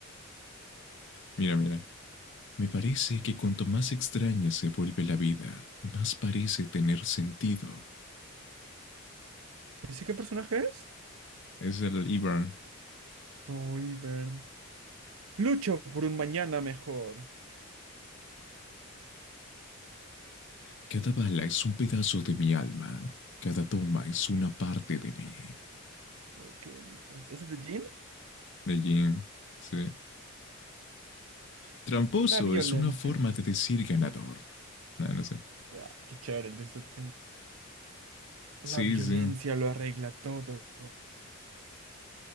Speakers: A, on the left; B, on the right.
A: Mira, mira. Me parece que cuanto más extraña se vuelve la vida, más parece tener sentido.
B: ¿Ese qué personaje es?
A: Es el Ibar.
B: Uy, Bern. Lucho por un mañana mejor.
A: Cada bala es un pedazo de mi alma. Cada toma es una parte de mí.
B: Oh, qué bonita es. ¿Ese es de Jean?
A: De Jin. Sí. Tramposo
B: La violencia.
A: es una forma de decir ganador. No, no sé.
B: Ah, qué chévere el Twisted Fate.
A: Sí,
B: La violencia
A: sí.
B: lo arregla todo.